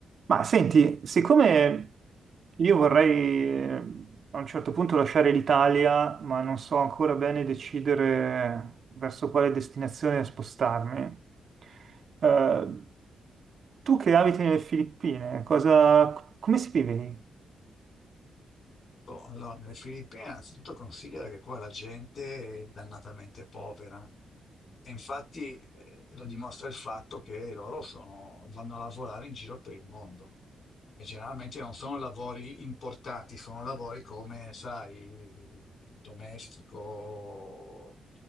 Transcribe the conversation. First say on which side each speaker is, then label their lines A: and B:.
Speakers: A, on the right; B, on the left.
A: Ma senti, siccome io vorrei eh, a un certo punto lasciare l'Italia, ma non so ancora bene decidere verso quale destinazione spostarmi, eh, tu che abiti nelle Filippine, cosa, come si vive lì?
B: Oh, Allora, nelle Filippine, innanzitutto considera che qua la gente è dannatamente povera e infatti eh, lo dimostra il fatto che loro sono- vanno a lavorare in giro per il mondo e generalmente non sono lavori importanti, sono lavori come, sai, domestico,